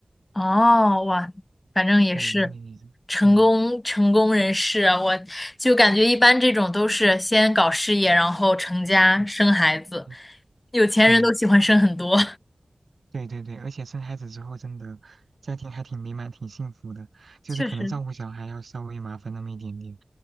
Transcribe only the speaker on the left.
哦，哇，反正也是
成功成功人士啊，
我就感觉一般这种都是先搞事业，然后成家生孩子，
有钱人都喜欢生很多，
<laughs> 确实。